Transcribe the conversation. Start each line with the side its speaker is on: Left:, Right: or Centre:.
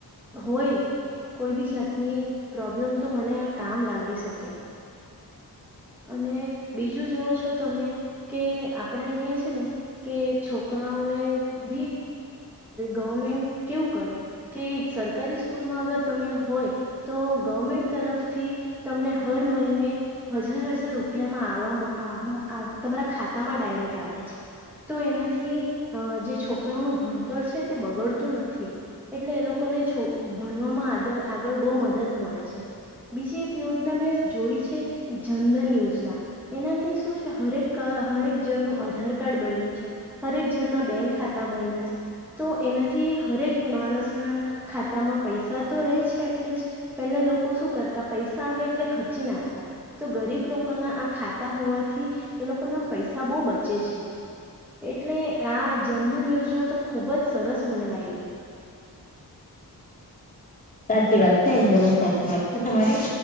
Centre: હોય કોઈ બી જાતની પ્રોબ્લમ તો મને આ કામ લાગી શકે. અને બીજું જોવ છો તમે કે આપણા અહીંયા છે ને કે છોકરાઓને ભી ગવર્મેન્ટ કેવું કરે કે સરકારી સ્કૂલમાં અગર તમે હોય તો ગવર્મેન્ટ તરફથી તમને હર મહિને હજ હજાર હજાર રૂપિયામાં આવવામાં તમારા ખાતામાં ડાયરેક્ટ આવે છે તો એનાથી જે છોકરાઓનું ભણતર છે તે બગડતું નથી એટલે એ લોકોને છોક ભણવામાં આ આગળ બો મદદ મળે છે બીજી એક યોજના મેં જોઈ છે જનધન યોજના એનાથી શું છે હરેક હરેક જણનું આધાર કાર્ડ બન્યું છે, હરેક જણના બેંક ખાતા બન્યા છે તો એનાથી હરેક માણસના ખાતામાં પૈસા તો રહી છે એટલીસ્ટ પહેલા લોકો શું કરતા પૈસા આવે એટલે ખર્ચી નાખતા. તો ગરીબ લોકોના આ ખાતા હોવાથી એ લોકોના પૈસા બો બચે છે એટલે આ જનધન યોજના તો ખૂબ જ સરસ મને લાયગી.
Left: સાચી વાત છે એકદમ જ સાચી વાત છે તમારી.